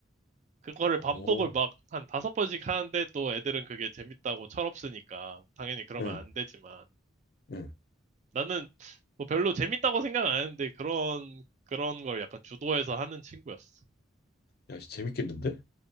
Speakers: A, on the right; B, on the left.
A: 그거를 반복을
B: 오,
A: 막 한 다섯 번씩 하는데 또 애들은 그게 재밌다고 철없으니까 당연히 그러면
B: 응,
A: 안 되지만
B: 응.
A: 나는 뭐 별로 재밌다고 생각 안 했는데 그런 그런 걸 약간 주도해서 하는 친구였어.
B: 야, 재밌겠는데?